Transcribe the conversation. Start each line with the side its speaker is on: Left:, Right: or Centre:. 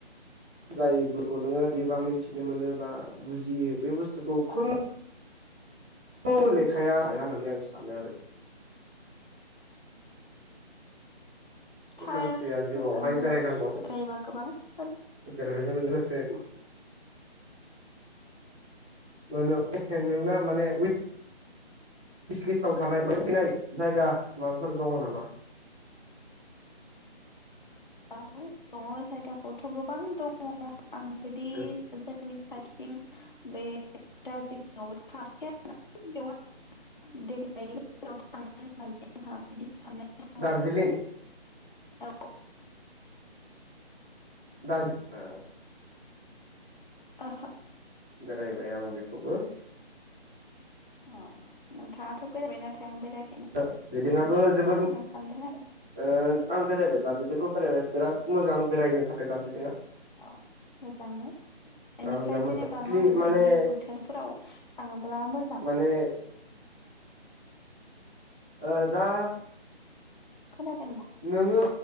Centre: जायफोरखौ नोङो एबा मिथिनो मोनो बा बुजियो बे बुस्थुखौ खुनु औ लेखाया हाया होननानै आं सानो आरो।
Left: थार
Centre: मानसिया जिउआवहाय
Left: मोजां
Centre: बेरायनांगौ
Left: बेरायबा गोबां सि
Centre: बेरायनायजों लोगोसे मानो एखे नोंना माने उइक स <unintelligible> लिसटाव थानाय मान फैनाय जायगा माबाफोर दङ नामा।
Left: गोबां दङ जायगाखौथ गोबां दङ। आं बिदि
Centre: गोसो
Left: जोंनिथि फारसेथिं बे दार्जिलिंआवबो थाङाखै आरो ना बेवहा देग्लायनि बोसोराव थांनो होन्नानै हा बिदि साननाय दं
Centre: दार्जिलिं
Left: औ
Centre: दार्जि ओ
Left: ओहो
Centre: बेरायबाय आं बेखौबो
Left: अ नोंथाङाथ बेरायबाय नाथाय आं बेराया
Centre: ओ <unintelligible> आबो जोबोर ओ
Left: सानदों आरो
Centre: आं बेरायबाय दार्जिलिंखौ बेरायबाय बिराद मोजां बेरायनो थाखाय। दार्जिलिं आ
Left: औ मोजांने बेनिफ्राय
Centre: बिराद मोजां
Left: जेनेबा
Centre: मस्लि
Left: माबेबायदि
Centre: माने
Left: बोथोरफोराव थाङो बा मोजां
Centre: माने ओ दा
Left: खोनादोंना?
Centre: नोङो